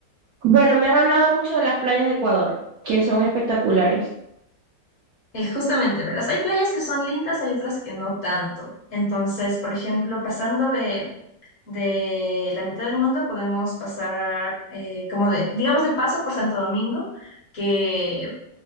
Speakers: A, on the right (about 70°); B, on the left (about 50°).
A: Bueno, me han hablado mucho de las playas de Ecuador, que son espectaculares.
B: Eh, justamente, verás, hay playas que son lindas, hay otras que no tanto. Entonces, por ejemplo, pasando de, de la mitad del mundo, podemos pasar eh, como de, digamos, de paso por Santo Domingo, que